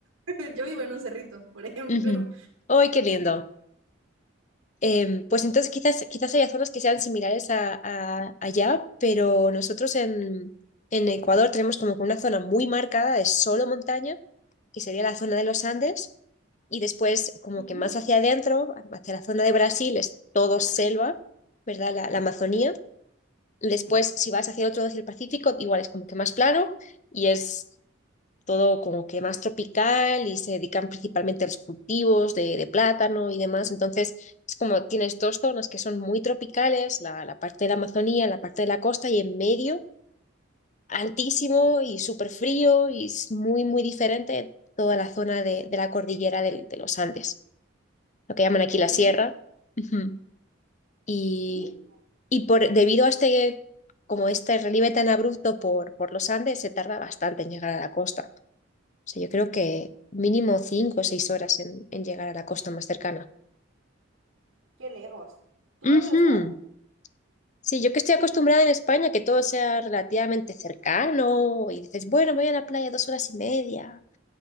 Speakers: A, on the right; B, on the left.
A: <laughs> Yo vivo en un cerrito, por ejemplo.
B: ujú. ¡ay, qué lindo! Em, pues entonces quizás, quizás haya zonas que sean similares a, a- allá, pero nosotros en, en Ecuador tenemos como que una zona muy marcada de solo montaña, que sería la zona de los Andes, y después como
A: Ujú.
B: que más hacia adentro, hacia la zona de Brasil, es todo selva, ¿verdad? La, la Amazonía. Después, si vas hacia el otro, hacia el Pacífico, igual es como que más plano y es todo como que más tropical y se dedican principalmente a los cultivos de, de plátano y demás. Entonces, es como tienes dos zonas que son muy tropicales, la, la parte de la Amazonía, la parte de la costa y en medio, altísimo y súper frío y es muy, muy diferente toda la zona de, de la cordillera del- de, los Andes, lo que llaman aquí la
A: Qué
B: sierra.
A: inter-
B: Ujú. Y,
A: ujú.
B: y por, debido a este, como este relieve tan abrupto por, por los Andes, se tarda bastante en llegar a la costa. O sea, yo creo que mínimo cinco o seis horas en, en llegar a la costa más cercana.
A: Qué lejos. ¿Tú dónde
B: Ujú.
A: estás?
B: Sí, yo que estoy acostumbrada en España que todo sea relativamente cercano y dices, bueno, me voy a la playa dos horas y media